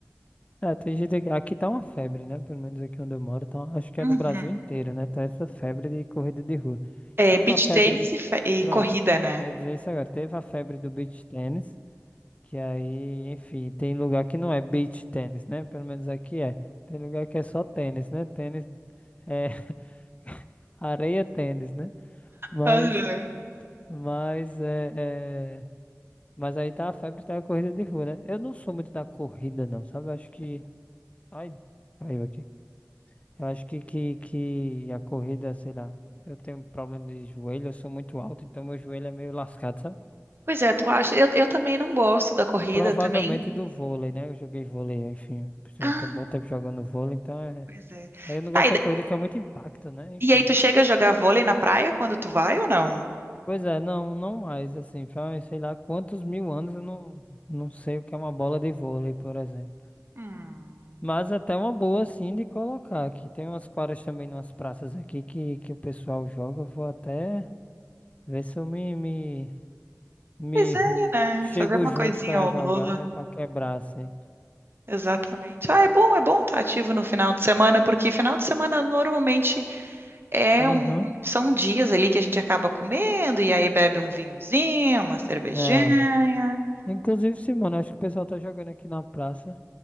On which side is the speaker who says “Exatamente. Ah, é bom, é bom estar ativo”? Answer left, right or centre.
Right